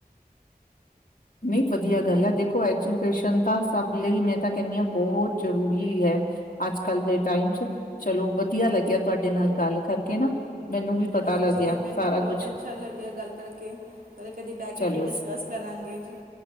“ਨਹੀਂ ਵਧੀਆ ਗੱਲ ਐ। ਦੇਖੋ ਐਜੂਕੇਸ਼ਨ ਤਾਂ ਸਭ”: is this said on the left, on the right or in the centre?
Left